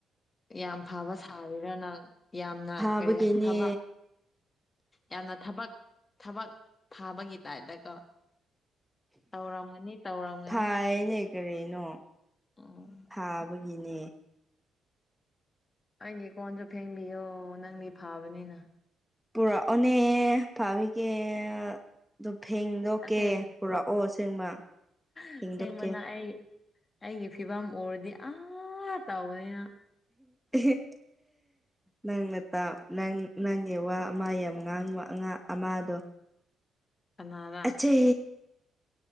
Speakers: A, on the left; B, in the centre.
A: ꯌꯥꯝ ꯐꯕ ꯁꯥꯔꯤꯔꯅ ꯌꯥꯝꯅ
B: ꯐꯥꯕꯒꯤꯅꯦ
A: ꯀꯔꯤ ꯊꯕꯛ ꯌꯥꯝꯅ ꯊꯕꯛ ꯊꯕꯛ ꯐꯥꯕꯒꯤ ꯇꯥꯏꯞꯇꯀꯣ ꯇꯧꯔꯝꯒꯅꯤ ꯇꯧꯔꯝꯒꯅꯤ
B: ꯐꯥꯏꯅꯦ ꯀꯔꯤꯩꯅꯣ
A: ꯑꯣ
B: ꯊꯥꯕꯒꯤꯅꯦ
A: ꯑꯩꯒꯤ ꯀꯣꯟꯁꯨ ꯐꯦꯡꯕꯤꯌꯣ ꯅꯪꯗꯤ ꯐꯕꯅꯤꯅ
B: ꯄꯨꯔꯛꯑꯣꯅꯦ ꯐꯥꯕꯤꯒꯦ ꯑꯗꯨꯝ ꯐꯦꯡꯗꯣꯛꯀꯦ
A: ꯑꯁꯦ
B: ꯄꯨꯔꯛꯑꯣ ꯑꯁꯦꯡꯕ ꯐꯦꯡꯗꯣꯛꯀꯦ
A: ꯑꯁꯦꯡꯕꯅ ꯑꯩ ꯑꯩꯒꯤ ꯐꯤꯕꯝ ꯎꯔꯗꯤ ꯑꯥ ꯇꯧꯒꯔꯅꯤ ꯅꯪ
B: ꯝ ꯅꯪ ꯉ ꯅꯪ ꯅꯪꯒꯤ ꯋꯥ ꯑꯃ ꯌꯥꯝ ꯉꯥꯡꯕ ꯑꯃꯗꯣ
A: ꯀꯅꯥꯔ
B: ꯑꯆꯦ